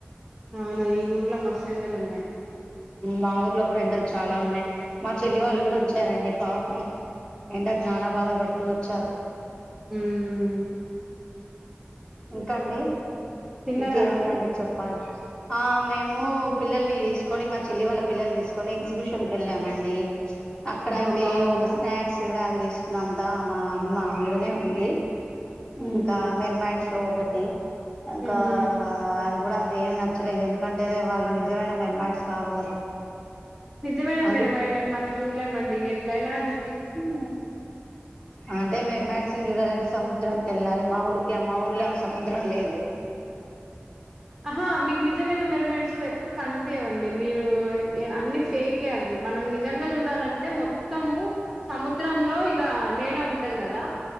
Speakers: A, in the centre; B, on the left.
A: అవును ఈ ఊర్లో మస్ ఎండలున్నాయి
B: మా ఊర్లో కూడా ఎండలు చాలా ఉన్నాయి మా చెల్లి వాళ్ళు
A: ఉమ్
B: కూడా వచ్చారండి పాపం ఎండాకు చానా బాధపడుతూ వచ్చారు
A: ఉమ్
B: ఇంకండి
A: తిన్నారా
B: ఇంకేముందండి
A: అండి
B: చెప్పాలి ఆ మేము పిల్లల్ని తీసుకొని మా చెల్లి వాళ్ళ పిల్లల్ని తీసుకొని ఎగ్జిబిషన్కిళ్ళామండి అక్కడ
A: ఆహా
B: ఇంకా
A: బాగుందా
B: ఏ ఒక స్నాక్స్ లాగా తీసుకున్నంత మా మామూలుగానే ఉంది
A: ఉహు
B: ఇంకా మేర్మాడ్ షో ఒకటి ఇంకా
A: ఉహు
B: అది కూడా దేమి నచ్చలేదు ఎందుకంటే వాళ్ళు నిజమైన మెర్మాట్స్ కాదు కదా
A: నిజమేనా
B: అందుకు
A: మరమల మనం చూడలేమండి ఎట్లయినా జు
B: ఉమ్ అంటే మెర్మైడ్ని మ్యాడిసిన్ చూడాలంటే సముద్రంనికి వెళ్ళాలి మా ఊరికి మా ఊర్లో సముద్రం లేదు
A: అహా మీకు నిజమైన మిర్మైడ్స్ కూడా ఎప్పుడు కనిపేవండి మీరు ఏ అన్ని ఫేకే అవి మనం నిజంగా చూడాలంటే మొత్తము సముద్రంలో ఇగా నేల ఉంటది కదా